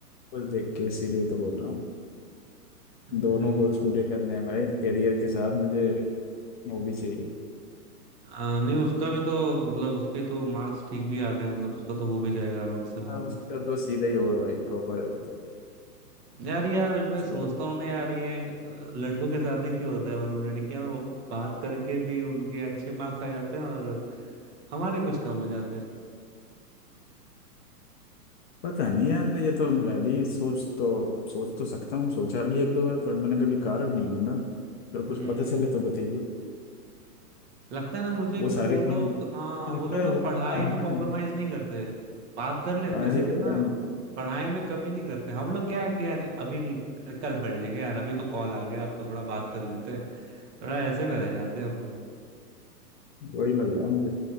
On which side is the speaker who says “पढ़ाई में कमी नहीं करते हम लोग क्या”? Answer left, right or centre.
Right